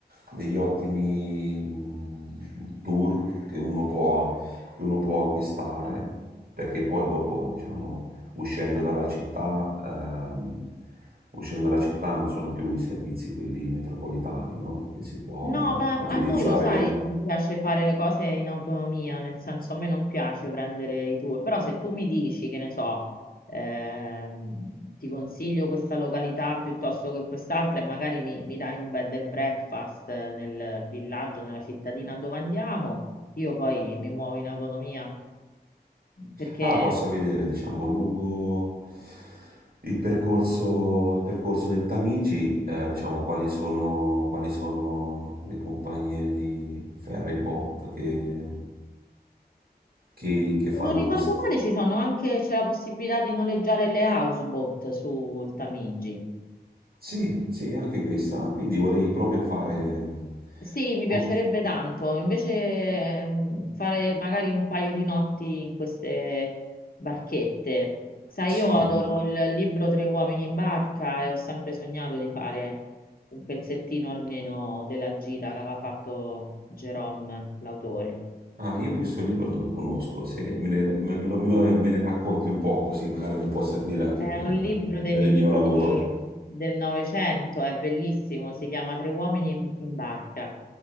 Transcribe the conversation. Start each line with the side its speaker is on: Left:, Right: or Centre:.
Right: degli ottimi mh, tour che uno può, che uno può acquistare, perché poi dopo, diciamo, uscendo dalla città, ehm, uscendo dalla città non sono più i servizi quelli metropolitani, no? Che si può
Left: No, ma
Right: utilizzare.
Left: a noi lo sai,
Right: ne-
Left: mi piace fare le cose in autonomia, nel senso a me non piace prendere i tour, però se tu mi dici, che ne so, ehm, ti consiglio questa località piuttosto che quest'altra e magari mi, mi dai un bed and breakfast eh, nel villaggio, nella cittadina dove andiamo, io poi mi muovo in autonomia, perché
Right: Ah, posso
Left: mh,
Right: vedere, diciamo, lungo Il percorso, il percorso del Tamigi, eh, diciamo quali sono, quali sono le compagnie di ferry boat che, che- che fanno
Left: se non ricordo
Right: questo?
Left: male ci sono anche, c'è la possibilità di noleggiare le houseboat sul Tamigi.
Right: Sì, sì, anche questa. Ah, Quindi volevi proprio fare...
Left: Sì, mi
Right: ok,
Left: piacerebbe tanto. Invece ehm, fare magari un paio di notti in queste barchette. Sai,
Right: Sì.
Left: io adoro il libro Tre uomini in barca e ho sempre sognato di fare un pezzettino almeno della gita che aveva fatto Jerome, l'autore.
Right: Ah, io questo libro non lo conosco, se me ne, me- me lo- me lo- me ne racconti un po' così magari mi può servire anche
Left: È
Right: per
Left: un libro
Right: eh,
Left: degli
Right: per
Left: inizi
Right: il mio lavoro.
Left: del Novecento, è bellissimo, si chiama Tre uomini in, in barca.